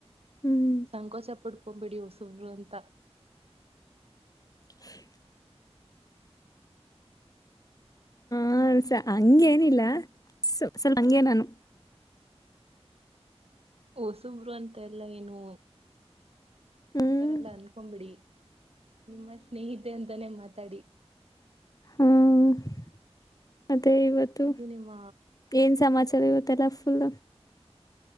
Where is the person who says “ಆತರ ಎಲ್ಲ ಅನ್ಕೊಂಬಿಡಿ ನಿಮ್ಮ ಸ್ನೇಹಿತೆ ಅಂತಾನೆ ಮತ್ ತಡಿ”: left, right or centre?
Right